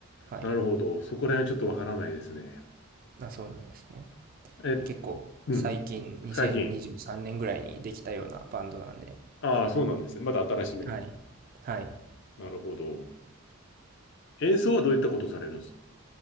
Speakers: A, on the right; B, on the left.
A: はい。
B: なるほど。そこら辺はちょっとわからないですね。
A: あ、そうなんですね。
B: え、
A: 結構最近2023年ぐらいにできたようなバンドなんで。
B: うん。最近。ああ、そうなんですね。まだ新しめの。
A: はい。はい。
B: なるほど。演奏はどういったことされるんですか